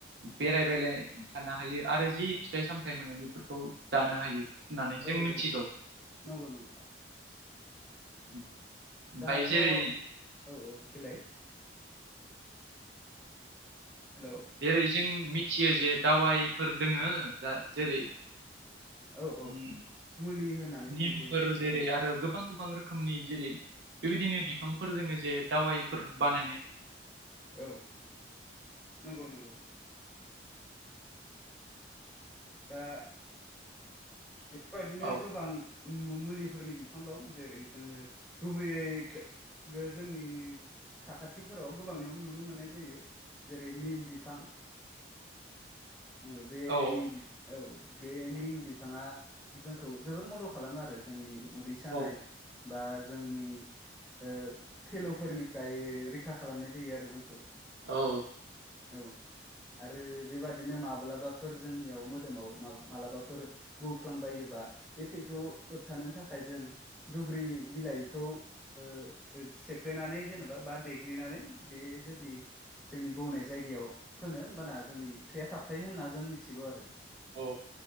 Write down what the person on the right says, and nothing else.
बेरायबेलाय थानो हायो आरो जि फिथाइ सामथाइ मोनो बेफोरखौ जानो हायो। होननानै जों
मिथिगौ
<inaudible>
जेरै
जेरै जों मिथियो जे दावाइफोर दोंङो दा जेरै
उम
निमफोर
जेरै
आरो गोबां गोबां रोखोमनि जेरै बेबायदिनो बिफांफोर जोंङो जे दावाइफोर बान
औ
<inaudible>
औ
औ
औ
औ